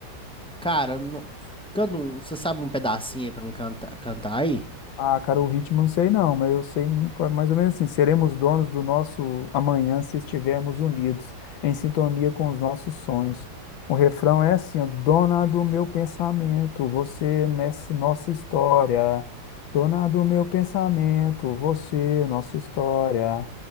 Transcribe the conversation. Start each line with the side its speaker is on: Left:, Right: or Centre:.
Centre: Cara, não... canta um- você sabe um pedacinho aí pra me cantar, cantar aí?
Left: Ah, cara, o ritmo não sei não, mas eu sei mais ou menos assim, seremos donos do nosso amanhã se estivermos unidos, em sintonia com os nossos sonhos. O refrão é assim, ó, dona do meu pensamento, você nessa nossa história. Dona do meu pensamento, você nossa história.